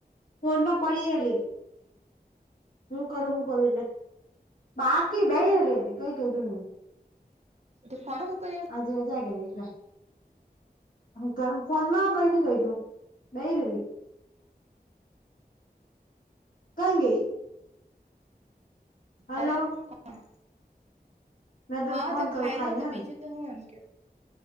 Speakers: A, on the left; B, on the right.
A: ફોનમાં પડી એલી હું કરું શું કરું એટલે, બાકી બેરલી અ કંઈ કર્યું નહીં,
B: તો ભાણું કહી હક,
A: આજે જાગે એટલે, તમે ફોનમાં કંઈ નહીં કર્યું બેય રેઈ, કાંઈ નહીં. હલો
B: અરે કોણ,
A: મેં તને
B: હાતો
A: ફોન કરું
B: ખાઈ
A: ખાઈને
B: લોતો,
A: હેને
B: બીજું તો હું એમ કેવ.